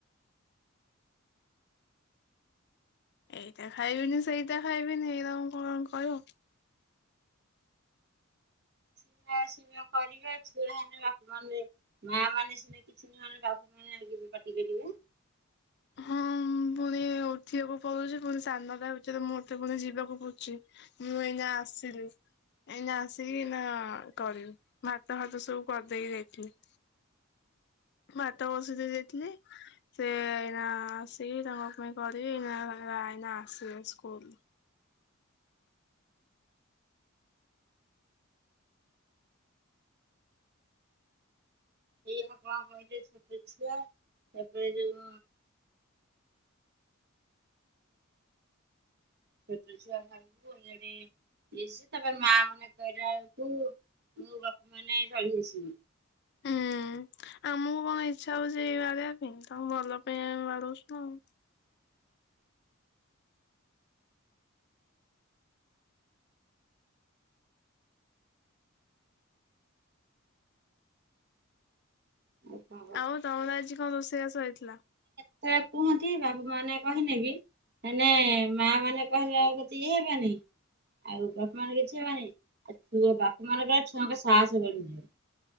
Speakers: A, on the left; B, on the right.
A: ଏଇଟା ଖାଇବିନି ସେଇଟା ଖାଇବିନି ଏଇରାଙ୍କୁ କଣ କହିବ।
B: ଛୁଆ ସ୍ନେହ କରିବେ ଛୁଆ ହେନେ ବାପାମାନେ ମାମାନେ ସିନା କିଛି ନହେଁନେ ବାପା ମାନେ <unintelligible> ବି ପାଟିକରିବେ।
A: ହଁ ପୁଣି ଉଠିବାକୁ ପଡୁଛି ପୁଣି ସାଢେ ନଅଟା ଭିତରେ ମୋତେ ପୁଣି ଯିବାକୁ ପଡୁଚି। ମୁଁ ଏଇନା ଆସିଲି। ଏଇନା ଆସିକି ଏଇନା କରିବି ଭାତ ଫାତ ସବୁ କରିଦେଇକି ଯାଇଥିଲି। ଭାତ ବସେଇଦେଇକି ଯାଇଥିଲି। ସେ ଏଇନା ଆସିକି ତାଙ୍କପାଇଁ କରିବି ଏଇ ରା ଏଇନା ଆସିବେ ସ୍କୁଲରୁ।
B: ଏଇନା କଣ କହିଥିବେ ଛୋଟ ଛୁଆ ତାପରେ ଯୋଉ ଛୋଟ ଛୁଆ ଘରକୁ ଇଆଡେ ଇଏ ଯିଏ ତାପରେ ମା ମାନେ କହିଲା ବେଳକୁ ମୁଁ ବାପା ମାନେ ଚଢି ଆସିବେ।
A: ହୁଁ ଆମକୁ କଣ ଇଚ୍ଛା ହୋଉଚି କି ବାଡେଇବା ପାଇଁ ତାଙ୍କ ଭଲ ପାଇଁ ଆମେ ବାଡୋଉଚୁ ନା ଆଉ।
B: ମୁଁ କଣ
A: ଆଉ ତମର ଆଜି କଣ ରୋଷେଇ ବାସ ହେଇଥିଲା?
B: ସେଇଆ କୁହନ୍ତି ବାପ ମାନେ କହିନେ କି? ମନେ ମା ମାନେ କହିଲେ ବେଳକୁ ଏତେ ଇଏ ହେବେନେଇ। ଆଉ ବାପା ମାନେ କିଛି ହେବନି ଆଉ ଛୁଆ ବାପା ମାନପାଙ୍କର ଛୁଆଙ୍କ ସାହସ ବଡିଯିବ।